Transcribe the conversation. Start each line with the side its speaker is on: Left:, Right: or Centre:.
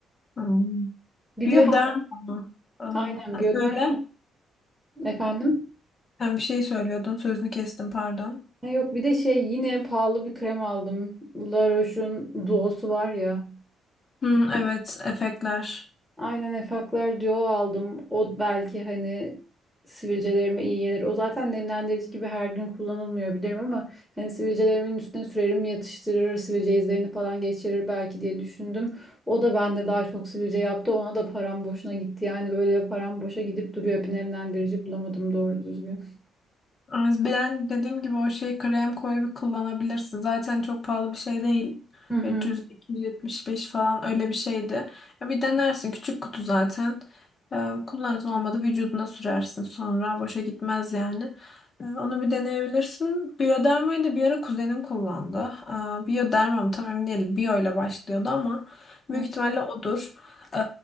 Left: Hmm.
Centre: <laughs> Bir
Left: Bioderma
Centre: de ha-
Left: mı? Aa,
Centre: aynen Bioderma
Left: söyle.
Centre: efendim.
Left: Sen bir şey söylüyordun. Sözünü kestim pardon.
Centre: Ha yok bir de şey yine pahalı bir krem aldım. La Roche'un duosu var ya.
Left: Hı, evet efektler.
Centre: Aynen Efaklar Duo aldım. O belki hani sivilcelerime iyi gelir. O zaten nemlendirici gibi her gün kullanılmıyor bilirim ama hani sivilcelerimin üstüne sürerim yatıştırır, sivilce izlerini falan geçirir belki diye düşündüm. O da bende daha çok sivilce yaptı. Ona da param boşuna gitti. Yani böyle param boşa gidip duruyor. Bir nemlendirici bulamadım doğru düzgün.
Left: Ay, Ben dediğim gibi o şeyi krem koyup kullanabilirsin. Zaten çok pahalı bir şey değil.
Centre: Hı hı.
Left: 300-275 falan öyle bir şeydi. Ya bir denersin. Küçük kutu zaten. Ee, kullanırsın olmadı vücuduna sürersin sonra. Boşa gitmez yani. Ee, onu bir deneyebilirsin. Biyodermayı da bir ara kuzenim kullandı. Ee, biyoderma mı tam emin değilim. Biyo ile başlıyordu ama büyük
Centre: Hı
Left: ihtimalle odur. Ee,